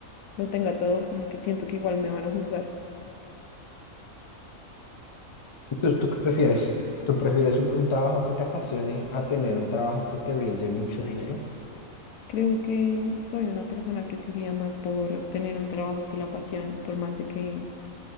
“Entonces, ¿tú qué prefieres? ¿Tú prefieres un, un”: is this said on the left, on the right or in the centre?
Left